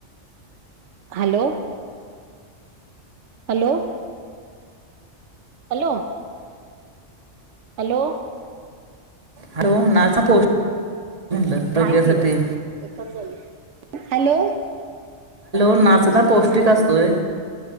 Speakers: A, on the right; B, on the right.
A: hello hello hello hello
B: hello, ना पो म्हणलं आरोग्यसाठी.
A: हाय की ग ते कट झालं हॅलो
B: नाचना पौष्टिक
A: अस
B: असतोय